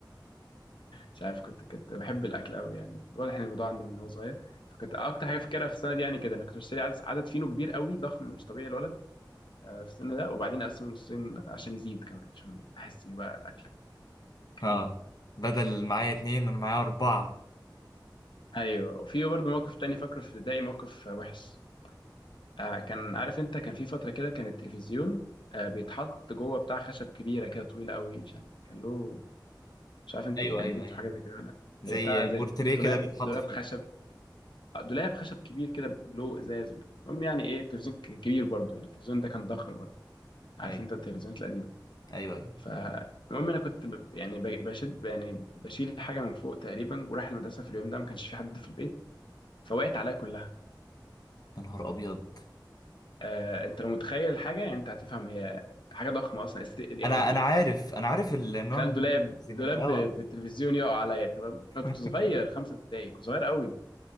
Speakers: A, on the left; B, on the left.
A: مش عارف كنت كنت بحب الاكل قوي يعني واضح ان الموضوع عندي من هو صغير فكنت اكتر حاجه فاكرها في السنه دي يعني كده انا كنت بشتري عدد, عدد فينو كبير قوي ضخم مش طبيعي الولد آه في السن ده وبعدين اقسمه نصين عشان يزيد كمان عشان احس ان بقى الاكل كتير
B: اه
A: قوي
B: بدل معايا اتنين انا معايا اربعة
A: ايوه وفي برضه موقف تاني فاكره في ابتدائي موقف آه، وحش آه كان عارف انت كان في فتره كده كان التلفزيون آه بيتحط جوه بتاع خشب كبيره كده طويله قوي مش عارف كان له مش عارف انتوا
B: ايوه
A: يعني
B: ايوه
A: جبتوا
B: ايوه
A: حاجه زي كده ولا لا
B: زي
A: هي بتاع زي
B: بورتريه
A: دولاب
B: كده بيتحط
A: دولاب
B: فيه
A: خشب دولاب خشب كبير كده له ازاز المهم يعني ايه التلفزيون كان كبير برضه يعني التلفزيون ده كان ضخم برضه عارف
B: ايوه
A: انت التلفزيونات القديمه
B: ايوه ايوه
A: فالمهم انا كنت ب- يعني ب- بشد يعني بشيل حاجه من فوق تقريبا ورايح المدرسه في اليوم ده ما كانش في حد في البيت فوقعت عليا كلها
B: يا نهار ابيض
A: آه انت لو متخيل الحاجه يعني انت هتفهم هي حاجه ضخمه اصلا است... يعني
B: انا
A: الد-
B: انا عارف انا عارف النوع
A: تخيل
B: من
A: دولاب
B: الزينات
A: دولاب
B: ده. اه
A: ب- بالتلفزيون يقع عليا تمام انا
B: <laughs>
A: كنت صغير خمسه ابتدائي كنت صغير قوي